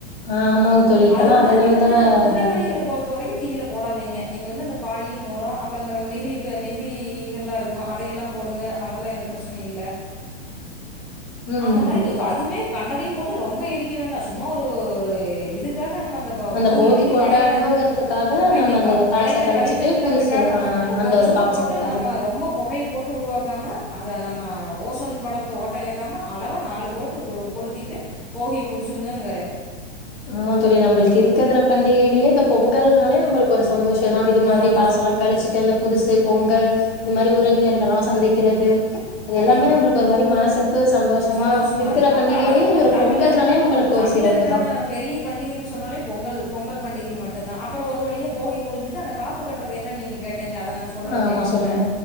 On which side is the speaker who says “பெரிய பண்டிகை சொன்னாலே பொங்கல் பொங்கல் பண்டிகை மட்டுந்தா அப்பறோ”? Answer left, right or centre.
Centre